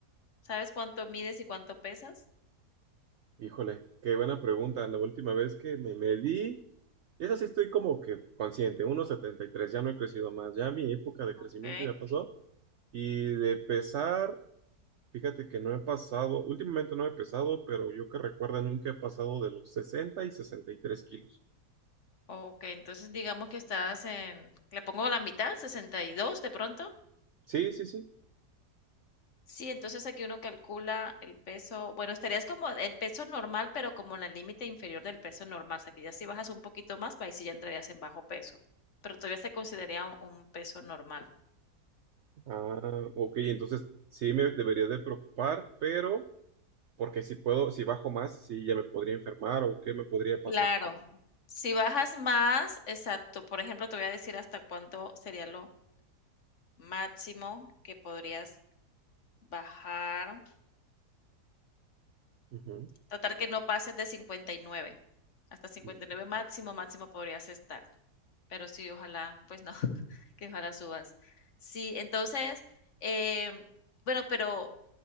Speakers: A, on the left; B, on the right.
A: ¿Sabes cuánto mides y cuánto pesas?
B: Híjole, qué buena pregunta. La última vez que me medí, esa sí estoy como que consciente, uno coma setenta y tres ya no he crecido más, ya mi época de crecimiento
A: Ok,
B: ya pasó. Y de pesar, fíjate que no he pasado, últimamente no he pesado, pero yo que recuerda nunca he pasado de los 60 y 63 kilos.
A: ok, entonces digamos que estás en, le pongo la mitad, 62, de pronto.
B: Sí, sí, sí.
A: Sí, entonces aquí uno calcula el peso, bueno, estarías como el peso normal, pero como en el límite inferior del peso normal, o sea, que ya si bajas un poquito más, pues ahí sí ya entrarías en bajo peso, pero todavía se consideraría un, un peso normal.
B: Ah, ok, entonces sí me debería de preocupar, pero... porque si puedo, si bajo más, sí, ya me podría enfermar o qué me podría pasar.
A: Claro, si bajas más, exacto, por ejemplo, te voy a decir hasta cuánto sería lo máximo que podrías bajar,
B: Ujú,
A: tratar que no pases de 59. hasta cincuenta
B: ujú.
A: y nueve máximo, máximo podrías estar, pero sí, ojalá, pues no. Que ojalá subas. Sí, entonces, em, bueno, pero,